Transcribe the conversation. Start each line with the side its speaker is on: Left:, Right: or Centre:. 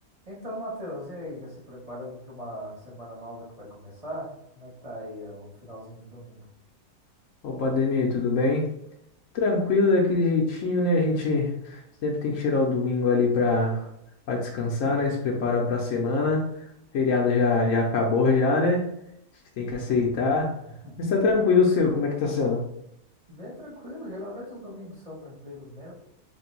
Right: Então, Matheus, e aí, já se preparando para uma semana nova que vai começar? Como é que tá aí, ó, o finalzinho de domingo?
Left: Opa, Ademir, tudo bem? Tranquilo daquele jeitinho, né? A gente sempre tem que tirar o domingo ali para para descansar, né? Se preparar para a semana. Feriado já já acabou já, né? A gente tem que aceitar.
Right: <laughs>
Left: Mas tá tranquilo o seu, como é que tá sendo?
Right: Bem tranquilo, geralmente os domingos são tranquilos mesmo.